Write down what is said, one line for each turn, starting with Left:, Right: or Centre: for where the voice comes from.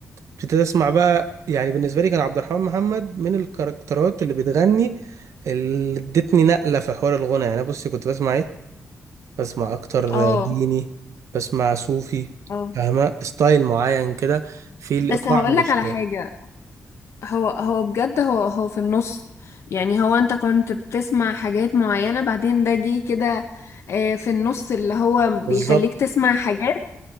Right: ابتديت اسمع بقى يعني بالنسبه لي كان عبد الرحمن محمد من الكاركترات اللي بتغني اللي ادتني نقله في حوار الغنى يعني بصي كنت بسمع ايه بسمع اكتر
Left: اه
Right: ديني بسمع صوفي
Left: اه
Right: فاهمه ستايل معين كده في الايقاع
Left: بس هقولك
Right: مش
Left: على حاجة هو هو بجد هو هو في النص يعني هو انت كنت بتسمع حاجات معينة بعدين ده جه كده آه، في النص اللي هو بيخليك
Right: بالظبط
Left: تسمع حاجات